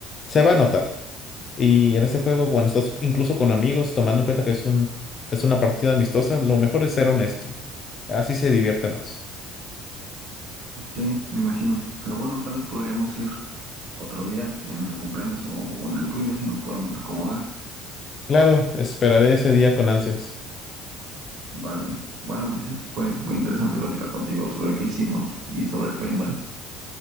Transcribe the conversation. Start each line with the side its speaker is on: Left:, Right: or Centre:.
Left: se va a notar. Y en ese juego, cuando estás incluso con amigos, tomando en cuenta que es un, es una partida amistosa, lo mejor es ser honesto. Así se divierte más.
Right: Sí, me imagino, pero bueno, tal vez podríamos ir otro día en el cumpleaños o, o en el tuyo si nos podemos acomodar.
Left: Claro, esperaré ese día con ansias.
Right: Vale. Bueno, Ulises, fue muy interesante platicar contigo sobre qué hicimos y sobre el paintball.